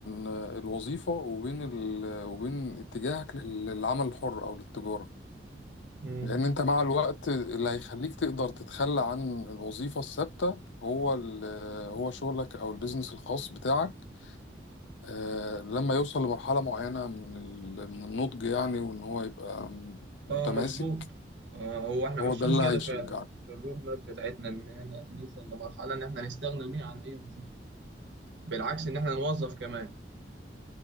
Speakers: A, on the left; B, on the right.
A: الوظيفة وبين ال... وبين اتجاهك لل- للعمل الحر او للتجارة
B: مم.
A: لان انت مع الوقت اللي هيخليك تقدر تتخلى عن الوظيفة الثابتة هو ال... هو شغلك او البيزنس الخاص بتاعك آه، لما يوصل لمرحلة معينة من ال- من النضج يعني وإن هو يبقى متماسك
B: اه مظبوط آه هو احنا
A: هو
B: ماشيين
A: ده اللي
B: كده
A: هيشجعك
B: فعلا في الرود ماب بتاعتنا ان احنا نوصل لمرحلة ان احنا نستغنى بيها عن اي وظيفة بالعكس ان احنا نوظف كمان